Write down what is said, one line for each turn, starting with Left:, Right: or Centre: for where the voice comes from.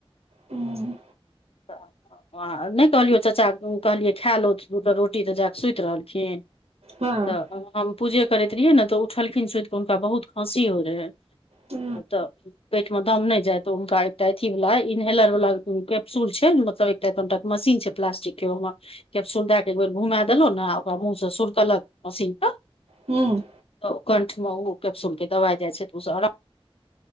Right: हूँ।
Left: तोरा नहि कहलियौ चचाक कहलियै खाय लौथ। रोटी तऽ जाकऽ सुति रहलखिन।
Right: हँ।
Left: तऽ हम पूजे करैत रहियै ने तऽ ओ उठलखिन सुति कऽ हुनका बहुत खाँसी होय रहै।
Right: ह
Left: ओ तऽ पेट मे दम नय जाय तऽ ओ हुनका एकटा अथी वला इनहेलर वाला कैप्सूल छै ने मतलव एखन तक मशीन छै प्लास्टिक के ओइमे केप्सुल दैक एक बेर घुमा देलौं ने आ ओकरा मुँह से सुरकलक मशीन तऽ
Right: हूँ
Left: तऽ कंठ मे ओ कैप्सूल के दवाइ जाय छै तऽ ओहि स आरा